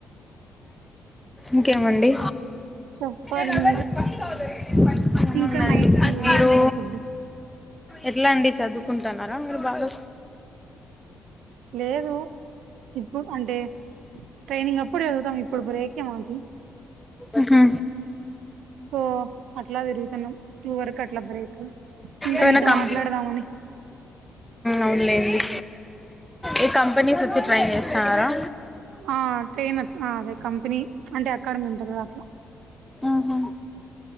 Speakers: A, in the centre; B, on the right (about 80°).
A: ఇంకేమండి
B: చెప్పాలి
A: ఏముందండి
B: మీరే ఇంకా నైట్ కి ఏం
A: మీరు
B: చేస్తారు ఫుడ్
A: ఎట్లా అండి చదువుకుంటున్నారా మీరు బాగా
B: లేదు ఇప్పుడు అంటే ట్రైనింగ్ అప్పుడు చదువుతాం ఇప్పుడు బేకే మనకి
A: ఊహూ
B: సో అట్లా తిరుగుతున్నాం టూ వరకు అట్లా బ్రేక్ ఇంకా
A: ఏమైనా
B: మీతో
A: కం
B: మాట్లాడదామని
A: అవునులేండి ఈ కంపెనీస్ వచ్చి ట్రై చేస్తున్నారా
B: ఆ ట్రైనర్స్ ఆ అదే కంపెనీ అంటే అకాడమీ ఉంటంది కదా అట్లా
A: ఊహూ